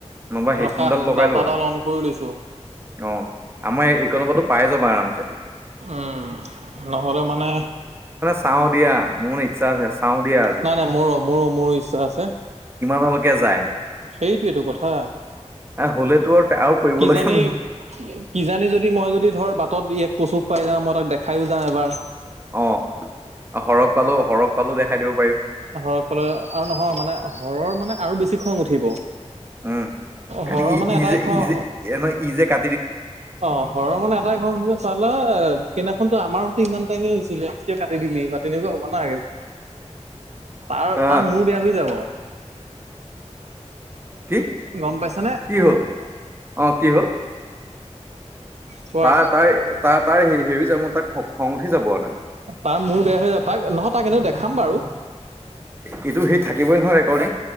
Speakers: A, on the right; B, on the right.
A: নবা হেডফোনডাল
B: ৰখা
A: লগাই
B: ডাটাডাল
A: লোৱা।
B: অন কৰি লৈছো।
A: অ আমাৰ এইকণটো পাই যাবা আৰামছে।
B: উম, নহ'লে মানে।
A: চাওঁ দিয়া মোৰ ইচ্ছা আছে চাওঁ দিয়া আজি।
B: নাই নাই মোৰো মোৰো মোৰো ইচ্ছা আছে।
A: <unintelligible>
B: সেইটোৱে টো কথা।
A: হ'লেতো আৰু আৰু কৰিবলগীয়া
B: কিজানি কিজানি যদি মই যদি ধৰ বাটত দুই এক। কচুক পাই যাওঁ মই তাক দেখাও যাম এবাৰহ
A: অ সৰগ পালো সৰগ পালো দেখাই দিও
B: সৰক পালে আৰু নহয় মানে সৰৰ মানে আৰু বেছি খং উঠিব।
A: <unintelligible>
B: হৰৰ মানে এটাই খং অ সৰৰ মানে এটাই খং চালা সেইনাখনতো আমাৰোতো ইমান। হৈছিলে কিয় কাটি দিলি বা তেনেকুৱা হ'ব না তাৰ
A: আহ
B: তাৰ মোৰ বেয়া হৈ যাব।
A: কি
B: গম পাইছানে
A: কি হ'ল আহ কি হ'ল?
B: চোৱা
A: তাৰ তাই তাৰ তাই হেৰি যাব তাই খং উঠি যাব আৰু টা।
B: তাৰ মোৰ বেয়া হৈ যায়, তাক নহয় তাক এনেও দেখাম বাৰু।
A: এইটো সেই থাকিবই নহয় ৰেকৰ্ডিং।